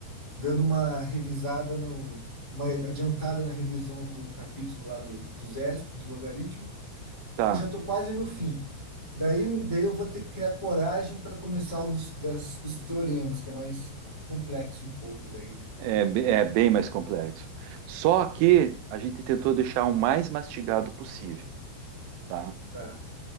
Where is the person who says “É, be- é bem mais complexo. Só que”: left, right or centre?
Right